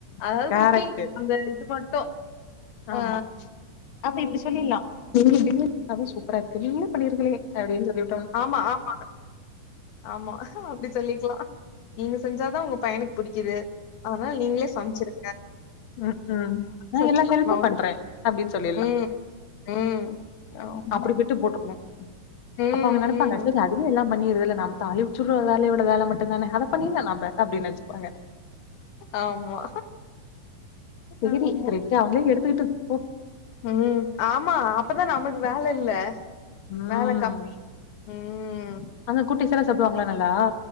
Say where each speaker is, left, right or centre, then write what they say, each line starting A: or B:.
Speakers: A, on the left; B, on the left.
A: அதாவது
B: கரெக்ட்
A: குக்கிங் அந்த இது மட்டு
B: ஆமா
A: ஆ
B: அப்ப
A: ம்
B: இப்படி சொல்லிடலாம் நீங்க டின்னர் பண்ணாதா சூப்பரா இருக்கு நீங்களே பண்ணிருங்களே அப்டின்னு சொல்லி
A: ஆமா ஆமா ஆமா அப்டி சொல்லிக்கலா நீங்க செஞ்சாதா உங்க பையனுக்கு புடிக்குது அதனால நீங்களே சமைச்சிரு
B: அ அ நா
A: சொல்லிக்கலாம்
B: எல்லா ஹெல்ப்பு
A: நான் வந்து.
B: பண்றே அப்டின் சொல்லிர்ல்லா
A: ம், ம். ஆமா.
B: அப்பிடி பிட்டு போட்ருனு
A: ம்
B: அப்ப அவங்க நனப்பாங்க
A: ம்.
B: சரி அதுவே எல்லா பண்ணிருதுல்ல நம்ம தாலிச்சு விட்ற வேலயோட வேலை தானே அதை பண்ணிர்லா நம்ம அப்டி நினச்சுப்பாங்க
A: ஆமா
B: செரி
A: ஆமா.
B: திரிட்டா அவுங்களே எடுத்துக்கிட்டு போ
A: ம் ஆமா அப்பதா நமக்கு வேலை இல்ல
B: ம்
A: வேலை கம்மி. ம்.
B: அங்க குட்டீஸலா சாப்டுவாங்களா நல்லா